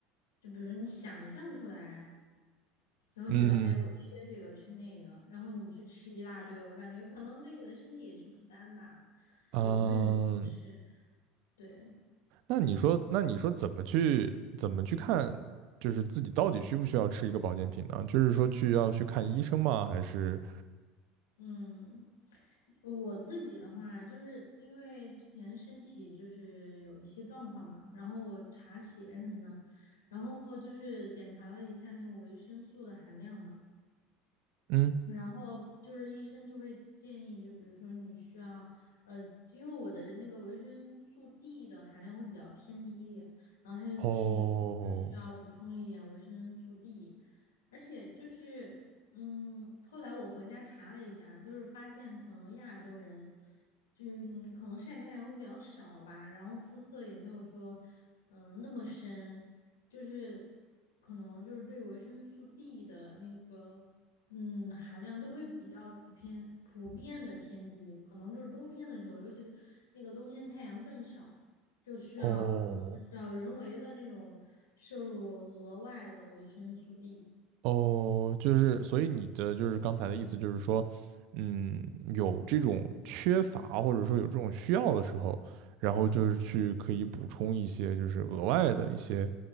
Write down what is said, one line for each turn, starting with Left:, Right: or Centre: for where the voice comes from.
Left: 就比如说你想象出来，然后你觉得哎我缺这个缺那个，
Right: 嗯
Left: 然后你去吃一大堆，我感觉可能对你的身体也是负担吧，
Right: 啊、
Left: 也不是什么好事，
Right: 呃
Left: 对。
Right: 那你说，那你说怎么去怎么去看，就是自己到底需不需要吃一个保健品呢？就是说去要去看医生吗？还是
Left: 嗯，我自己的话，就是因为之前身体就是有一些状况嘛，然后我查血什么的，然后就是检查了一下那种维生素的含量嘛，
Right: 嗯
Left: 然后就是医生就会建议，就比如说你需要，呃，因为我的那个维生素 D 的含量会比较偏低，然后他就建议可能是需要补充一点维生素
Right: 哦
Left: D。而且就是，嗯，后来我回家查了一下，就是发现可能亚洲人，就是可能晒太阳会比较少吧，然后肤色也没有说，嗯，那么深，就是可能就是对维生素 D 的那个，嗯，含量都会比较普遍普遍的偏低，可能就是冬天的时候，尤其是那个冬天太阳更少。就需要可能就需要人为的那种摄入额外的维生素
Right: 哦。
Left: D。
Right: 哦，就是，所以你的就是刚才的意思就是说，嗯，有这种缺乏或者说有这种需要的时候，然后就是去可以补充一些就是额外的一些，